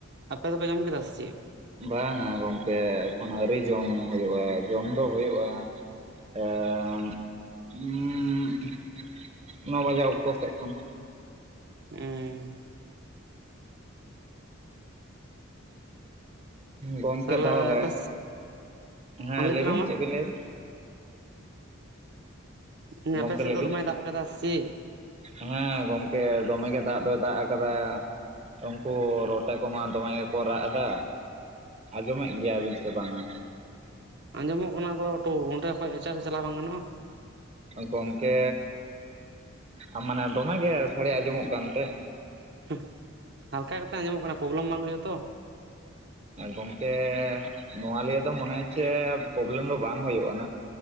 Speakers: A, on the right; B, on the right.
A: ᱟᱯᱮ ᱫᱚᱯᱮ ᱡᱚᱢ ᱠᱮᱫᱟ ᱥᱮ ᱪᱮᱫ?
B: ᱵᱟᱝᱟ ᱜᱚᱢᱠᱮ ᱮᱠᱷᱚᱱ ᱟᱹᱣᱨᱤ ᱡᱚᱢ ᱦᱳᱭᱳᱜᱼᱟ ᱡᱚᱢ ᱫᱚ ᱦᱳᱭᱳᱜᱼᱟ᱾ ᱮᱜᱸ ᱩᱜᱸ ᱱᱚ ᱵᱟᱡᱟᱜ ᱚᱠᱛᱚ ᱥᱮᱫ ᱠᱷᱚᱱ᱾
A: ᱩᱸᱜᱼᱼ ᱦᱩᱸ᱾
B: ᱜᱚᱢᱠᱮ
A: ᱪᱮᱫ
B: ᱛᱟᱦᱚᱞᱮ,
A: ᱟᱯᱮ
B: ᱦᱮᱸ ᱞᱟᱹᱭ
A: ᱛᱟᱞᱟᱝ
B: ᱵᱤᱱ
A: ᱢᱟ
B: ᱪᱮᱫ ᱵᱤᱱ ᱞᱟᱹᱭᱫᱟ?
A: ᱩᱸ
B: ᱜᱚᱢᱠᱮ
A: ᱟᱯᱮ ᱥᱮᱫ
B: ᱞᱟᱹᱭ
A: ᱫᱚ
B: ᱵᱤᱱ
A: ᱫᱚᱢᱮᱭ ᱫᱟᱜ ᱠᱟᱫᱟᱼᱥᱤ?
B: ᱦᱮᱸ ᱜᱚᱢᱠᱮ ᱫᱚᱢᱮ ᱜᱮ ᱫᱟᱜ ᱫᱚᱭ ᱫᱟᱜ ᱟᱠᱟᱫᱟ᱾ ᱩᱱᱠᱩ ᱨᱚᱴᱮ ᱠᱚᱢᱟ ᱫᱚᱢᱮ ᱜᱮᱠᱚ ᱨᱟᱜ ᱮᱫᱟ᱾ ᱟᱸᱡᱚᱢᱮᱜ ᱜᱮᱭᱟᱵᱤᱱ ᱥᱮ ᱵᱟᱝᱟ?
A: ᱟᱸᱡᱚᱢᱚᱜ ᱠᱟᱱᱟ ᱟᱫᱚ, ᱴᱩ ᱚᱸᱰᱮ ᱠᱷᱚᱡ ᱮᱪᱟᱜᱨᱮ‌ ᱪᱟᱞᱟᱣ ᱵᱟᱝ ᱜᱟᱱᱚᱜᱼᱟ?
B: ᱜᱚᱢᱠᱮ ᱟᱼᱢᱟᱱᱮ ᱫᱚᱢᱮᱜᱮ ᱥᱟᱰᱮ ᱟᱸᱡᱚᱢᱚᱜ ᱠᱟᱱᱛᱮ?
A: ᱦᱩᱸ ᱦᱟᱞᱠᱟ ᱠᱟᱛᱮ ᱟᱸᱡᱚᱢᱚᱜ ᱠᱟᱱᱟ ᱯᱨᱚᱵᱞᱮᱢ ᱵᱟᱝ ᱦᱩᱭᱩᱜᱼᱟ ᱛᱚ?
B: ᱜᱚᱢᱠᱮ ᱱᱚᱣᱟ ᱞᱤᱭᱮ ᱫᱚ ᱢᱚᱱᱮ ᱦᱚᱪᱪᱷᱮ ᱯᱨᱚᱵᱞᱮᱢ ᱫᱚ ᱵᱟᱝ ᱦᱳᱭᱳᱜ-ᱟ ᱱᱟ᱾